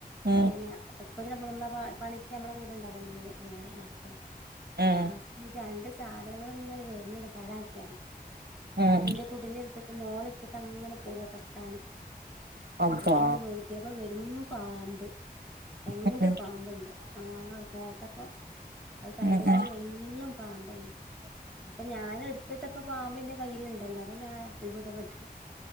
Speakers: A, on the right; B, in the centre.
A: ഉം
B: പിന്നെ ഒപ്പത്തിനൊപ്പ നമ്മള പണിക്ക് നമ്മളെ കൂടെണ്ടാവല്ലോ മോ <unintelligible>
A: ഉം
B: ആ രണ്ട് സാധനങ്ങള് ഇങ്ങനെ വര്ന്ന്ണ്ട് തല ആക്കിയാ
A: ഉം
B: അപ്പ ന്റെ കുട്ടീന്റെട്ത്ത്ക്ക് മോളട്ത്ത്ക്ക് അങ്ങനെ പോവാ കൊത്താന്
A: അബ്ബാ
B: അപ്പം നോക്കിയപ്പ വരുന്നു പാമ്പ് രണ്ട്
A: ഉം
B: പാമ്പ്ണ്ട് ആഹ് കേട്ടപ്പം അത് കഴിഞ്ഞാലും
A: ഉം ഉം
B: എന്നും പാബെന്നെ പ്പൊ ഞാനെട് ഇട്ടപ്പ പാമ്പ് ന്റെ കയ്യിയിലുണ്ടല്ലോ അതാ ഞാൻ അത്ഭുതപ്പെട്ട്